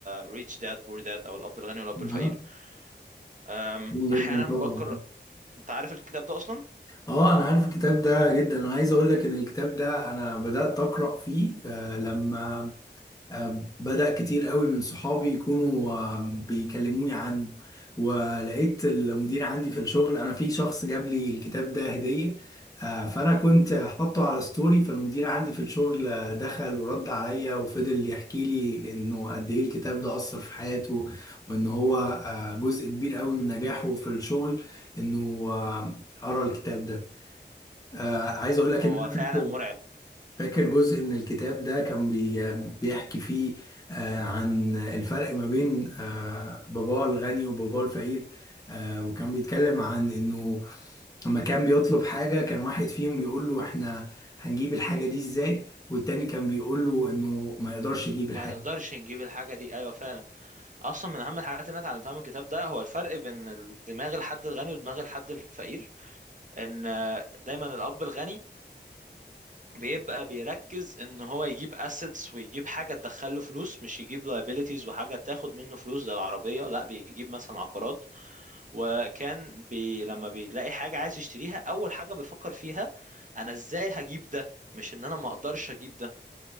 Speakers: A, on the right; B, on the left.
A: ريتش داد بور داد او الاب الغني والاب الفقير
B: اه
A: أم،
B: جدا
A: احيانا
B: طبعا
A: بقرا انت عارف الكتاب ده اصلا
B: اه انا عارف الكتاب ده جدا انا عايز اقول لك ان الكتاب ده انا بدات اقرا فيه آه، لما آم، بدأ كتير قوي من صحابي يكونوا آم، بيكلموني عنه ولقيت المدير عندي في الشغل انا في شخص جاب لي الكتاب ده هدية آه، فانا كنت حاطه على ستوري فالمدير عندي في الشغل آه، دخل ورد عليا وفضل يحكي لي انه قد ايه الكتاب ده اثر في حياته وان هو آه، جزء كبير قوي من نجاحه في الشغل انه آه، قرا الكتاب ده آه، عايز اقول لك
A: هو
B: ان انا فاكر
A: فعلا مرعب
B: فاكر جزء من الكتاب ده كان بي بيحكي فيه آه، عن الفرق ما بين آه، باباه الغني وباباه الفقير آه، وكان بيتكلم عن انه لما كان بيطلب حاجة كان واحد فيهم بيقول له احنا هنجيب الحاجة دي ازاي والتاني كان بيقول له انه ما يقدرش يجيب الحاجة
A: ما نقدرش نجيب الحاجه دي ايوه فعلا اصلا من اهم الحاجات اللي انا اتعلمتها من الكتاب ده هو الفرق بين دماغ الحد الغني ودماغ الحد الفقير ان آه، دايما الاب الغني بيبقى بيركز ان هو يجيب اسيتس ويجيب حاجه تدخله فلوس مش يجيب liabilities وحاجه تاخد منه فلوس زي العربيه لا بيجيب مثلا عقارات وكان بي لما بيلاقي حاجه عايز يشتريها اول حاجه بيفكر فيها انا ازاي هجيب ده مش ان انا ما اقدرش اجيب ده